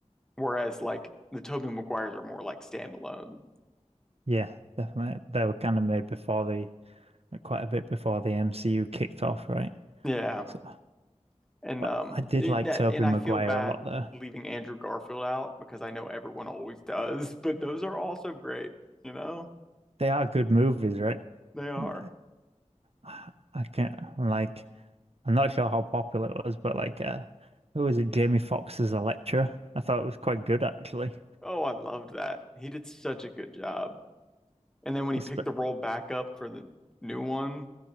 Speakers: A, in the centre; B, on the right.
A: Whereas like the Tobey Maguires are more like standalone.
B: yeah, definitely. They were kind of made before the, like, quite a bit before the MCU kicked off, right?
A: Yeah.
B: So,
A: And
B: but
A: um
B: I did
A: it,
B: like
A: that
B: Tobey
A: and I
B: Maguire
A: feel bad
B: a lot, though.
A: leaving Andrew Garfield out because I know everyone always does, <laughs> but those are also great, you know?
B: They are good movies, right?
A: They are.
B: And, uh, I can't like. I'm not sure how popular it was, but like, uh, who was it? Jamie Foxx as a lecturer. I thought it was quite good actually.
A: Oh, I loved that. He did such a good job. And then when he
B: Espe-
A: picked the role back up for the new one,